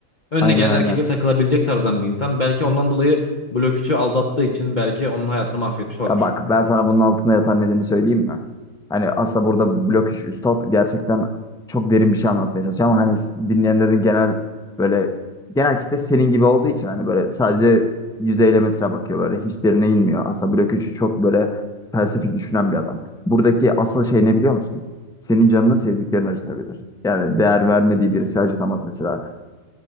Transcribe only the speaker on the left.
önüne
gelen
erkekle takılabilecek tarzdan bir insan. Belki ondan dolayı blok 3'ü aldattığı için belki onun hayatını mahvetmiş olabilir.